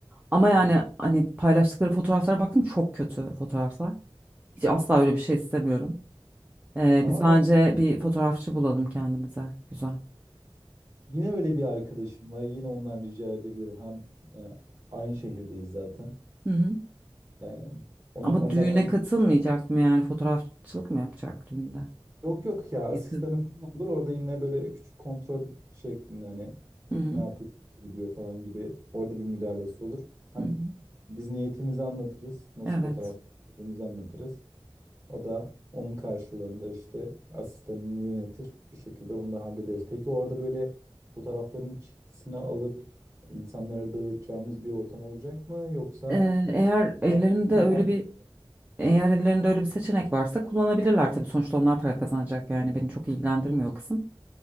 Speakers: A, on the right; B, on the right.
A: Ama yani
B: Hı.
A: hani paylaştıkları fotoğraflara baktım çok kötü fotoğraflar. Hiç asla öyle bir şey istemiyorum. Eee,
B: Tamam
A: biz bence
B: ben
A: bir fotoğrafçı bulalım kendimize. Güzel.
B: Yine öyle bir arkadaşım var. Yine ondan rica edebilirim. Hem e, aynı şehirdeyiz zaten.
A: Hı hı.
B: E, ona,
A: Ama
B: ondan
A: düğüne katılmayacak mı yani fotoğrafçılık mı yapacak düğünde?
B: yok yok ya asistanı
A: Yakın.
B: falan olur. Orada yine böyle küçük kontrol şeklinde hani
A: Hı hı.
B: ne yapıyor, nasıl gidiyor falan gibi orada bir müdahalesi olur. Hem
A: Hı hı.
B: biz niyetimizi anlatırız. Nasıl
A: Evet.
B: fotoğraf çektiğimizi anlatırız. O da onun karşılığında işte asistanını yönetir. Bir şekilde onu da hallederiz. Peki orada böyle fotoğrafların çıktısını alıp insanlara dağıtacağımız bir ortam olacak mı? Yoksa
A: Ee, eğer ellerinde
B: <laughs> farklı türlü
A: öyle
B: anlatılır.
A: bir eğer ellerinde öyle bir seçenek varsa kullanabilirler tabii sonuçta onlar para kazanacak yani beni çok ilgilendirmiyor o kısım.